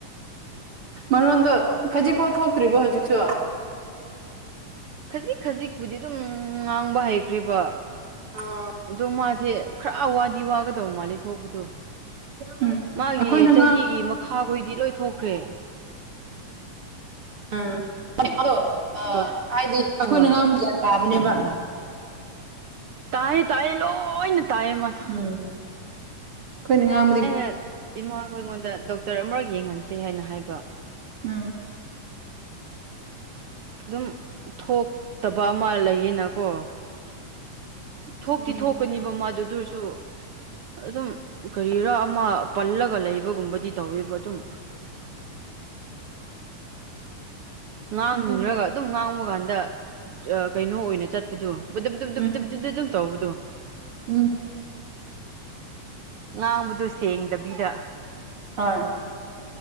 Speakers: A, on the right; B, on the right.
A: ꯃꯔꯣꯟꯗꯣ ꯈꯖꯤꯛꯐꯥꯎ ꯊꯣꯛꯇ꯭ꯔꯤꯕꯣ ꯍꯧꯖꯤꯛꯁꯨ
B: ꯈꯖꯤꯛ ꯈꯖꯤꯛꯄꯨꯗꯤ ꯑꯗꯨꯝ ꯉꯥꯡꯕ ꯍꯩꯈ꯭ꯔꯦꯕ
A: ꯑꯥ
B: ꯑꯗꯣ ꯃꯥꯁꯦ ꯈꯔ ꯋꯥꯗꯤ ꯋꯥꯒꯗꯧꯕ ꯃꯥꯜꯂꯤ ꯊꯣꯛꯄꯗꯣ
A: ꯎꯝ
B: ꯃꯥꯒꯤ
A: ꯑꯩꯈꯣꯏꯅ
B: ꯆꯍꯤꯒꯤ
A: ꯉꯥꯡ
B: ꯃꯈꯥꯈꯣꯏꯗꯤ ꯂꯣꯏ ꯊꯣꯛꯈ꯭ꯔꯦ
A: ꯎꯝ ꯑꯗꯣ
B: ꯗꯣ
A: ꯍꯥꯏꯗꯤ ꯑꯩꯈꯣꯏꯅ
B: ꯍꯣꯏ
A: ꯉꯥꯡꯕ ꯒ꯭ꯌꯥꯟ ꯇꯥꯕꯅꯦꯕ
B: ꯇꯥꯏꯑꯦ ꯇꯥꯏꯑꯦ ꯂꯣꯏꯅ ꯇꯥꯏꯌꯦ ꯃꯥꯁꯨ
A: ꯎꯝ ꯑꯩꯈꯣꯏꯅ ꯉꯥꯡ
B: ꯑꯩꯅ ꯏꯃꯥꯈꯣꯏꯉꯣꯟꯗ ꯗꯣꯛꯇꯔ ꯑꯃꯔꯛ ꯌꯦꯡꯍꯟꯁꯦ ꯍꯥꯏꯅ ꯍꯥꯏꯕ
A: ꯎꯝ
B: ꯑꯗꯨꯝ ꯊꯣꯛꯇꯕ ꯑꯃ ꯂꯩꯌꯦꯅꯀꯣ ꯊꯣꯛꯇꯤ
A: ꯎꯝ
B: ꯊꯣꯛꯀꯅꯤꯕ ꯃꯥꯗꯨ ꯑꯗꯨꯑꯣꯏꯁꯨ ꯑꯗꯨꯝ ꯀꯔꯤꯔꯥ ꯑꯃ ꯄꯜꯂꯒ ꯂꯩꯕꯒꯨꯝꯕꯗꯤ ꯇꯧꯋꯦꯕ ꯑꯗꯨꯝ ꯉꯥꯡꯅꯤꯡꯔꯒ
A: ꯑꯗꯨꯅꯤ
B: ꯑꯗꯨꯝ ꯉꯥꯡꯕ ꯀꯥꯟꯗ ꯀꯩꯅꯣ ꯑꯣꯏꯅ ꯆꯠꯄꯗꯨ <unintelligible>
A: ꯎꯝ
B: ꯑꯗꯨꯝ ꯇꯧꯕꯗꯨ
A: ꯎꯝ
B: ꯉꯥꯡꯕꯗꯣ ꯁꯦꯡꯗꯕꯤꯗ
A: ꯑꯣꯏ